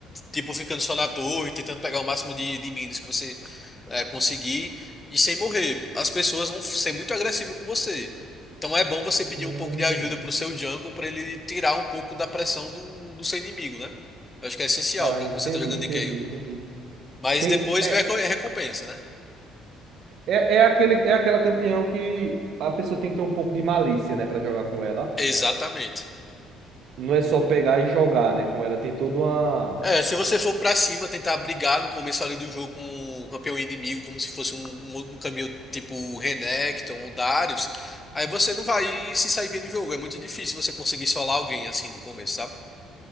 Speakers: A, on the left; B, on the right.
A: Tipo, ficando só na torre, tentando pegar o máximo de, de minas que você é, conseguir e sem morrer. As pessoas vão ser muito agressivas com você. Então é bom você pedir
B: Hum.
A: um pouco de ajuda pro seu jungle pra ele tirar um pouco da pressão do, do seu inimigo, né? Eu acho que é essencial
B: Ah,
A: pra
B: entendi,
A: quando você tá jogando
B: entendi,
A: de Kayle.
B: entendi.
A: Mas
B: Tem,
A: depois
B: é,
A: vem a recompensa, né?
B: é, é, aquele, é aquela campeão que a pessoa tem que ter um pouco de malícia, né, pra jogar com ela.
A: Exatamente.
B: Não é só pegar e jogar, né, com ela. Tem toda uma.
A: É, se você for pra cima, tentar brigar no começo ali do jogo com o campeão inimigo, como se fosse um, um, um caminho tipo Renekton ou Darius, aí você não vai se sair bem no jogo. É muito difícil você conseguir solar alguém assim no começo, sabe?